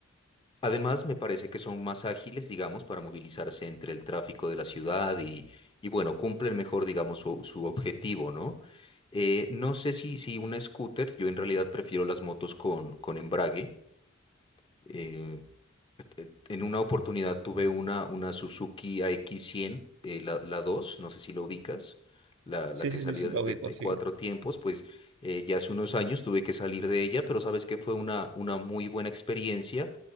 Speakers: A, on the left; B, on the right.
A: Además, me parece que son más ágiles, digamos, para movilizarse entre el tráfico de la ciudad y, y bueno, cumplen mejor, digamos, su, su objetivo, ¿no? Eh, no sé si, si un scooter, yo en realidad prefiero las motos con, con embrague, eh, este, en una oportunidad tuve una, una Suzuki AX100, eh, la, la 2 no sé si lo ubicas, la,
B: Sí,
A: la que
B: sí,
A: salió
B: sí, sí,
A: de,
B: lo
A: de-
B: ubico,
A: de
B: sí.
A: cuatro tiempos, pues eh, ya hace unos años tuve que salir de ella, pero sabes que fue una, una muy buena experiencia.